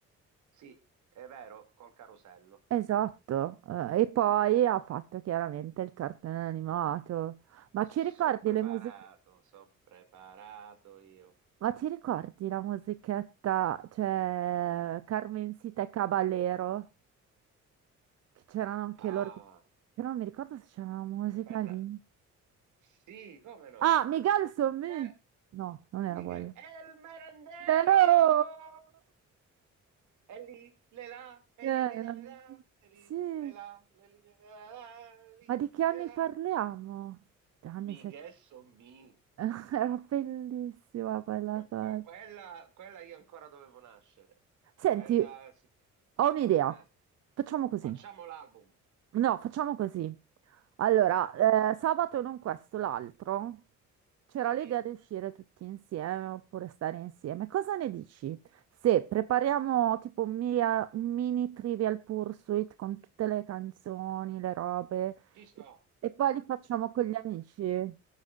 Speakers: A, on the right; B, on the right.
A: sì, è vero, col carosello.
B: Esatto, eh, e poi ha fatto chiaramente il cartone animato. Ma
A: Sono
B: ci ricordi
A: preparato,
B: le musiche?
A: sono preparato io.
B: Ma ci ricordi la musichetta, cioè Carmencita e Caballero? Che c'erano anche
A: Ah,
B: loro. Però non mi ricordo se c'era una musica
A: aspetta,
B: lì.
A: sì, come no?
B: Ah, Miguel son me!
A: Eh,
B: No, non era
A: Michele,
B: quella.
A: è il merendero!
B: Però!
A: È lì, le là, è
B: Eh,
A: lì che la le là, è lì,
B: sì,
A: le là, le lì, le là, le lì,
B: ma di che anni
A: le là.
B: parliamo? Anni
A: Mi
B: 70,
A: ghesso mi.
B: <laughs> era bellissima quella
A: Che-
B: cosa.
A: però quella, quella io ancora dovevo nascere.
B: Senti,
A: Quella, sì.
B: Ho un'idea.
A: Eh,
B: Facciamo così.
A: Facciamo l'album.
B: No, facciamo così. Allora,
A: Eh,
B: eh, sabato non questo, l'altro. C'era
A: sì,
B: l'idea di uscire tutti insieme oppure stare insieme. Cosa ne dici? Se prepariamo tipo un, mia- un mini Trivial Pursuit con tutte le canzoni, le robe,
A: ci sto.
B: e poi li facciamo con gli amici. Ci